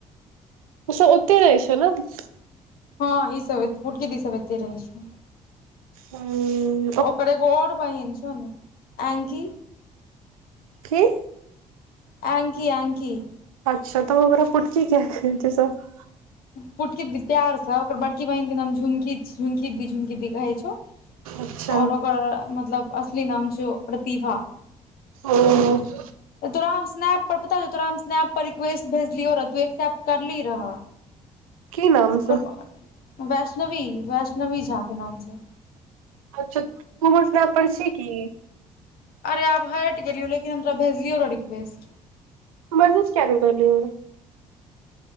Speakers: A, on the right; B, on the left.
A: ओसब ओत्ते रहै छै न?
B: हँ ई सब एत्-बुटकी दी सब एतै रहै छै।
A: ह्म्म्म।
B: ओकर एगो और बहिन छौ ने, एंकी
A: की?
B: एंकी-एंकी।
A: अच्छा त ओकरा पुटकी कियै कहै छै सब?
B: पुटकी दी प्यार स, ओकर बड़की बहिन के नाम झुंकी छी, झुंकी दी झुंकी दी कहै छौ?
A: अच्छा
B: और ओकर मतलब असली नाम छियौ प्रतिभा।
A: ओऽ।
B: तोरा हम स्नैप पर, पता चौ तोरा हम स्नैप पर रिक्वेस्ट भेजलियौ रह, तू एक्सेप्ट करली रहऽ,
A: की नाम
B: ओकर
A: से
B: बा वैष्णवी, वैष्णवी झा के नाम स।
A: अच्छा तू हमर स्नैप पर छी कि?
B: अरे आब हैइट गेलियो, लेकिन हम तोरा भेजलियौ र रिक्वेस्ट।
A: मैसेज कियैऽ ने करली हमरा?